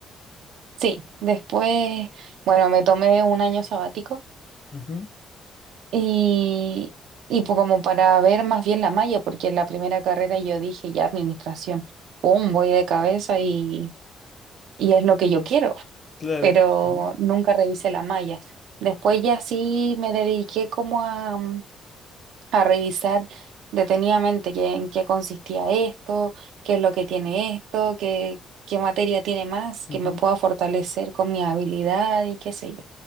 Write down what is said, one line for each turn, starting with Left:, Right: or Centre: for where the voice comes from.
Right: sí, después, bueno, me tomé un año sabático
Left: Ujú,
Right: y, y pues como para ver más bien la malla, porque en la primera carrera yo dije ya administración, pum, voy de cabeza y, y es lo que yo quiero.
Left: claro,
Right: pero
Left: sí.
Right: nunca revisé la malla. Después ya sí me dediqué como a, mm, a revisar detenidamente qué, en qué consistía esto, qué es lo que tiene esto, qué, qué materia tiene más, que
Left: ujú.
Right: me pueda fortalecer con mi habilidad y qué sé yo.